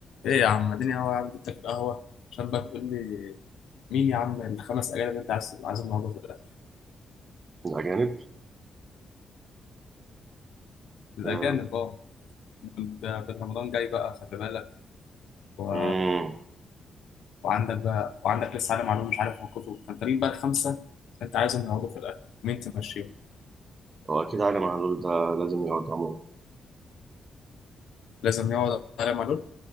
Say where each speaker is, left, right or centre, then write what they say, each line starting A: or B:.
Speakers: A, on the left; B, on the right.
A: ايه يا عم اديني قهوة يا عم جبتك القهوة عشان بقى تقول لي مين يا عم الخمس اجانب اللي انت عايز عايزهم موجود في الاخر
B: الأجانب
A: الاجانب
B: آه.
A: اه ده ده رمضان جاي بقى خلي بالك و...
B: مم.
A: وعندك بقى وعندك لسه عالم معلوم مش عارف موقفه فانت مين بقى الخمسة انت عايزهم يقعدوا في الاخر مين تمشيهم
B: هو أكيد علي معلول ده لازم يقعد عموما
A: لازم يقعد عالم معلول